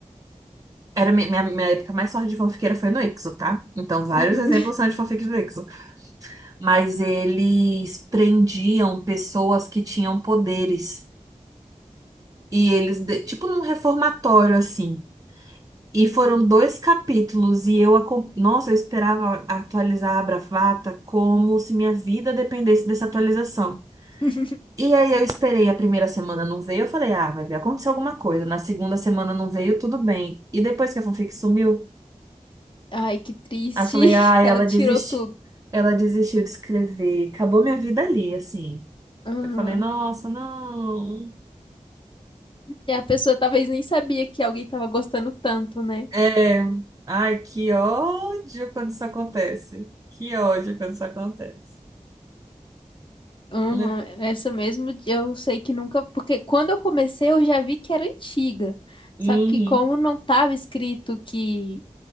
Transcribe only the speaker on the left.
Uhum.
<laughs> Uhum.
Ai, que triste.
<laughs>
Ela tirou
tudo.
Aham.
E a pessoa talvez nem sabia que alguém tava gostando tanto, né?
Uhum,
essa mesmo eu sei que nunca, porque quando eu comecei eu já vi que era antiga.
Só que como não tava escrito que,